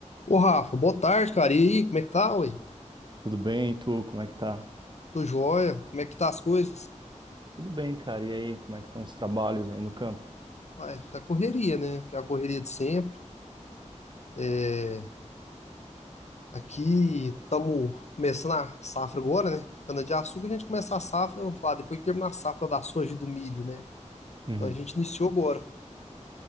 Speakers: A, on the left; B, on the right.
A: Ô Rafa, boa tarde, cara. E aí, como é que tá, ué?
B: Tudo bem, e tu? Como é que tá?
A: Tô joia. Como é que tá as coisas?
B: Tudo bem, cara. E aí, como é que estão os trabalhos aí no campo?
A: Ué, tá correria, né? Que é a correria de sempre. É... Aqui estamos começando a safra agora, né? Cana-de-açúcar, a gente começa a safra, vamos falar, depois que terminar a safra da soja e do milho, né?
B: Uhum.
A: Então a gente iniciou agora